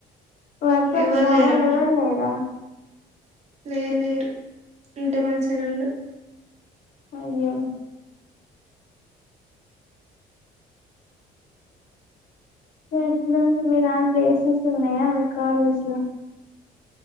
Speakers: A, on the left; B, on the right.
A: వరుసకి
B: ఎవరు
A: బావలు
B: లేరా
A: ఎవరు లేరా
B: లేరు లేరు ఉంటే మంచిగనే ఉండు
A: అహో ఎట్లాంది మీ దాంట్లో వసెస్ ఉన్నాయా మీ కాలేజీ లో